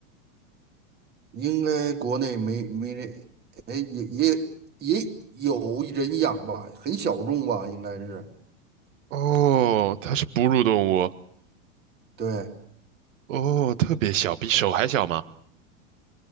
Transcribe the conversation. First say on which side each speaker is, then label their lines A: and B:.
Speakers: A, on the right (about 25°); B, on the right (about 75°).
A: 应该国内没没人，哎，也也也有人养吧，很小众吧，应该是，
B: 哦，它是哺乳动物。
A: 对，
B: 哦，特别小，比手还小吗？